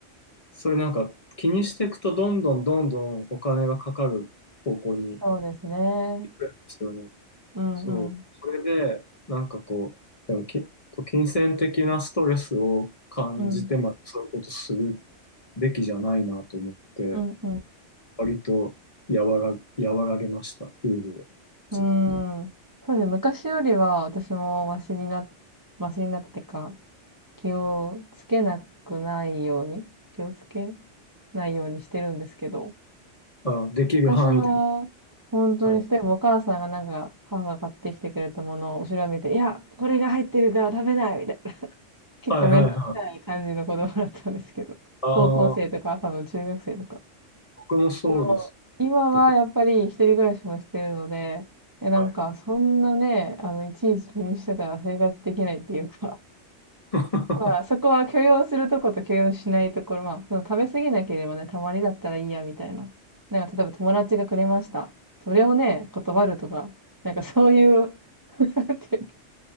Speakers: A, on the left (about 35°); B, on the right (about 25°).
A: そういうなんか気にしていくとどんどんどんどんお金がかかる方向に
B: そうですね。
A: ですよね。
B: うん、
A: そう。
B: うん。
A: それで、なんかこう、でもけ、こう金銭的なストレスを感じてまでそういうことする
B: うん、
A: べきじゃないなと思って、
B: うん、うん。
A: 割と和ら、和らげました、ルールを、
B: うーん。
A: 自分で。
B: そうですね。昔よりは私もマシにな、マシになってか、気をつけなくないように、気をつけないようにしてるんですけど、
A: あ、できる範囲で。
B: 昔は本当に、
A: はい。
B: 例えばお母さんがなんか、母が買ってきてくれたものを後ろを見て、いや、これが入ってるから食べないみたいな。<laughs> 結構めんどくさい感じの子供だったんですけど、
A: はいはいはい。あ
B: 高校生とか多分中学生とか
A: あ、僕もそうです。
B: でも、今はやっぱり一人暮らしもしてるので、
A: ちょっと、
B: いやなんかそんなね、
A: はいは
B: あの、いちいち気にしてたら生活できないっていうか、
A: い。<laughs>
B: <laughs> まあそこは許容するとこと許容しないところ、まあその食べ過ぎなければね、たまにだったらいいやみたいな。なんか例えば友達がくれました。それをね、断るとか、なんかそういう、<laughs> なんていうの